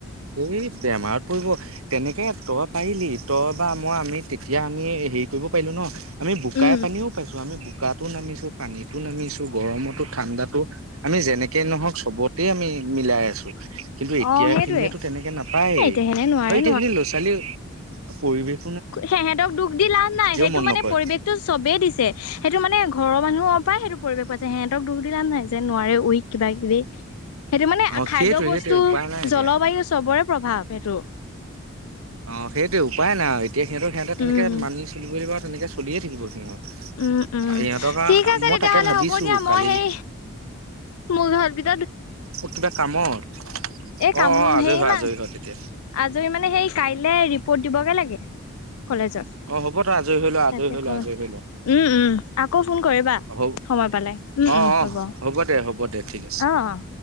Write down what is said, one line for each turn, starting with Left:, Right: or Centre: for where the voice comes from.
Right: এই বেমাৰত পৰিব তেনেকে তই পাৰিলি তই বা মই আমি তেতিয়া আমি হেৰি কৰিব পাৰিলো ন আমি বোকাই
Left: উম
Right: পানীও পাইছো আমি। বোকাতো নামিছো পানীতো নামিছো গৰমতো ঠাণ্ডাতো আমি যেনেকে নহওক চবতে আমি মিলাই আছো কিন্তু
Left: অ
Right: এতিয়া
Left: সেইটোৱে
Right: খিনিয়েতো তেনেকে নাপায়েই,
Left: এ এতিয়া সেনে নোৱাৰে
Right: আৰু এতিয়া খিনি ল'ৰা ছোৱালী পৰিৱেশ
Left: সেহঁতক দুখ দি লাভ নাই, সেইটো
Right: মন
Left: মানে
Right: নকৰে
Left: পৰিৱেশতটো চবেই দিছে। সেইটো মানে ঘৰৰ মানুহৰ পৰা সেইটো পৰিৱেশ পাইছে। সেহঁতক দুখ দি লাভ নই যে নোৱাৰে উইক কিব কিবি। সেইটো মানে
Right: অ
Left: খাদ্য
Right: সেইটোৱে
Left: বস্তু
Right: সেইটোৱে উপায় নাই এতিয়া
Left: জলবায়ু চবৰে প্ৰভাৱ সেইটো।
Right: অ সেইটোয়ে উপায় নাই আও, এতিয়া সিহঁতক সিহঁতে তেনেকে
Left: উম
Right: মানি চলিব লিব আও তেনেকে চলিয়ে থাকিব সিহঁত,
Left: উম উম
Right: ইহঁতক আও
Left: ঠিক আছে
Right: মই
Left: তেতিয়াহ'লে
Right: তাকে ভাবিছো
Left: হ'ব দিয়া
Right: কালিল
Left: মই সেই মোৰ ঘৰ দি
Right: অ কিবা কামৰ? অ অ
Left: এই কাম
Right: আজৰি
Left: হেৰি
Right: হয়
Left: ইমান
Right: আজৰি হয় তেতিয়া।
Left: আজৰি মানে সেই কাইলে ৰিপৰ্ট দিবগে লাগে। কলেজত,
Right: অ হ'ব তই আজৰি হৈ লোৱা আজৰি
Left: তাকে
Right: হৈ লোৱা
Left: ককমতে
Right: আজৰি হৈ লোৱা
Left: উম উম আকৌ ফোন কৰিবা।
Right: হ
Left: সময় পালে উম
Right: অ
Left: উম
Right: অ
Left: হ'ব,
Right: দে হ'ব দে ঠিক আছে
Left: অ অ।